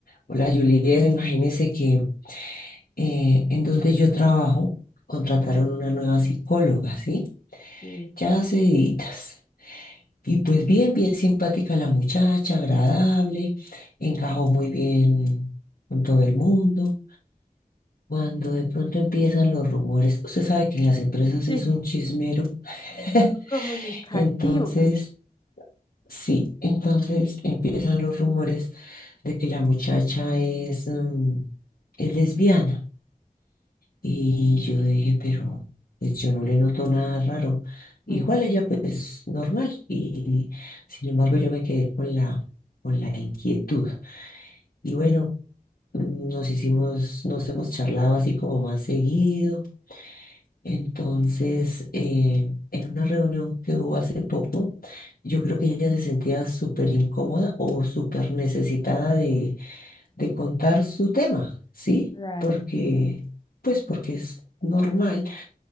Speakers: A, on the left; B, on the left.
A: Hola, Juliet, imagínese que eh, en donde yo trabajo contrataron una nueva psicóloga, ¿sí?
B: Sí,
A: Ya hace deditas. Y pues bien, bien simpática la muchacha, agradable, encajó muy bien con todo el mundo. Cuando de pronto empiezan los rumores, usted sabe que en las empresas
B: Sí.
A: es un chismero. <laughs>
B: comunicativos.
A: Entonces, sí, entonces empiezan los rumores de que la muchacha es, mm, es lesbiana. Y yo dije, pero pues yo no le noto nada raro. Igual
B: Mm,
A: ella pues normal. Y sin embargo yo me quedé con la, con la inquietud. Y bueno, mm, nos hicimos, nos hemos charlado así como más seguido. Entonces, eh, en una reunión que hubo hace poco, yo creo que ella se sentía súper incómoda o súper necesitada de, de contar su tema, ¿sí?
B: claro.
A: Porque, pues porque es normal